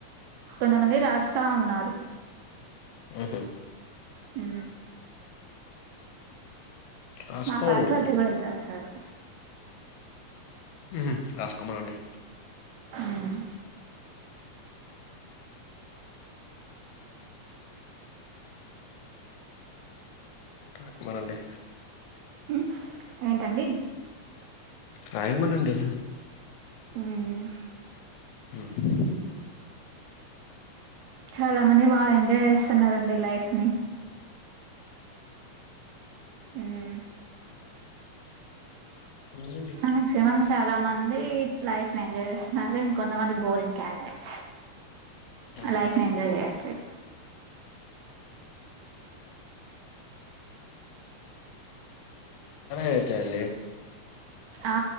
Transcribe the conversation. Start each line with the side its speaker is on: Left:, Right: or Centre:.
Right: కొంతమంది రాస్తా అన్నారు
Left: ఊహూ
Right: ఊ
Left: రాసుకోండి
Right: మా ఫాకల్టి కూడ ఎళ్ రాసారు
Left: ఊహూ రాసుకోమనండి
Right: మ్
Left: రాయమనండి
Right: ఉ ఏంటండి
Left: రాయమనండి
Right: మ్
Left: ఊహూ
Right: చాల మంది బా ఎంజాయ్ చేస్తున్నారండి లైఫ్ ని మ్
Left: నేనండి
Right: మాక్సిమం చాలా మంది లైఫ్ ని ఎంజాయ్ చేస్తున్నారు ఇంకొంతమంది బోరింగ్ క్యాండేట్స్
Left: హ్మ్.
Right: అ లైఫ్ ని ఎంజాయ్ చేయట్లేదు
Left: ఐతే అండి
Right: ఆ